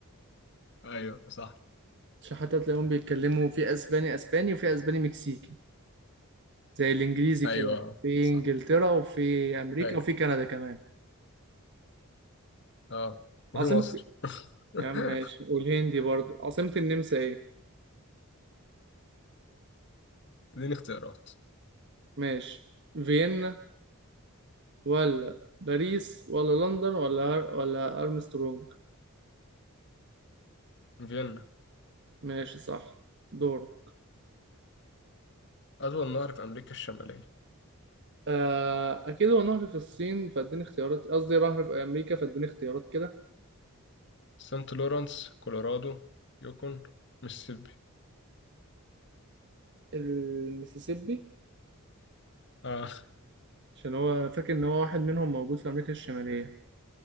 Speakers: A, on the left; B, on the right.
A: ايوه صح
B: عشان حتى تلاقيهم بيتكلموا في أسباني أسباني وفي أسباني مكسيكي زي الانجليزي
A: ايوه
B: كده في
A: صح
B: انجلترا وفي امريكا
A: ايوه
B: وفي كندا كمان
A: اه وفي
B: عاصمة
A: مصر <laughs>
B: يا عم ماشي والهندي برضه عاصمة النمسا ايه
A: اديني اختيارات
B: ماشي فيينا ولا باريس ولا لندن ولا هر... ولا ارمسترونج
A: فيينا
B: ماشي صح دور
A: أطول نهر في أمريكا الشمالية
B: آه اكيد هو نهر في الصين فاديني اختيارات قصدي نهر في امريكا فاديني اختيارات كده
A: سانت لورانس كولورادو يوكون ميسيسيبي
B: المسيسيبي
A: اه
B: عشان هو أنا فاكر ان هو واحد منهم موجود في امريكا الشمالية